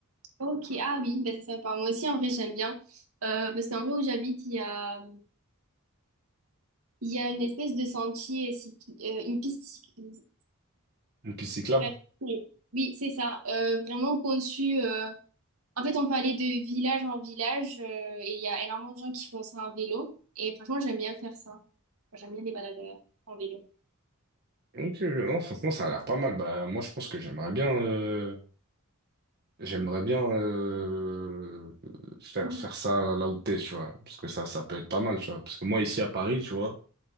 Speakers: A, on the right; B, on the right.
A: Ok, ah oui, ben c'est sympa. Moi aussi, en vrai, j'aime bien. Euh, parce qu'en vrai, où j'habite, il y a... Il y a une espèce de sentier, cycl- euh, une piste cycliste.
B: Une piste cyclable.
A: Bref, oui, Oui, c'est ça. Euh, vraiment conçu. euh, En fait, on peut aller de village en village euh, et il y a énormément de gens qui font ça en vélo. Et franchement, j'aime bien faire ça. Enfin, J'aime bien les balades euh, en vélo.
B: Ok. non, franchement, ça a l'air pas mal. Bah, moi, je pense que j'aimerais bien. euh, J'aimerais bien euh, faire
A: Mhm.
B: faire ça là où t'es, tu vois, parce que ça ça peut être pas mal, tu vois. Parce que moi ici à Paris, tu vois,